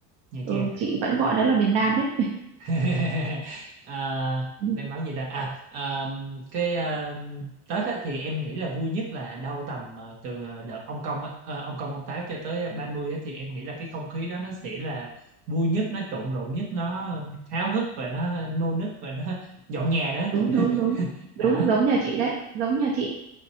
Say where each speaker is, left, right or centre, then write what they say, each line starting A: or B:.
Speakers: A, on the right; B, on the right.
A: Nha
B: ừ,
A: Trang
B: chị vẫn gọi
A: rồi
B: đó là miền Nam đấy
A: <laughs> à,
B: Ừ,
A: đang nói gì ta à, à cái à, Tết á, thì em nghĩ là vui nhất là đâu tầm à, từ à, đợt ông công á, à, ông công ông táo cho tới 30 á, thì em nghĩ là cái không khí đó nó sẽ là vui nhất nó trộn rộn nhất nó háo hức và nó nô nức và nó <laughs> dọn nhà đó
B: đúng đúng đúng đúng
A: đó
B: giống nhà chị đấy giống nhà chị